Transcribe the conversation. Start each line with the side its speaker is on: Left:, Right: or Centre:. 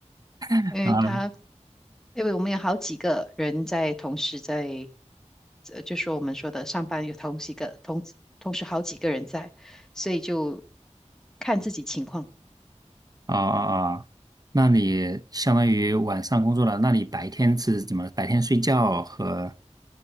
Right: <laughs>
Centre: 因为他
Right: 啊
Centre: 因为我们有好几个人在同时在，呃，就说我们说的上班有同几个同同时好几个人在，所以就看自己情况。
Right: 啊啊 <laughs>！啊那你相当于晚上工作了，那你白天是怎么？白天睡觉和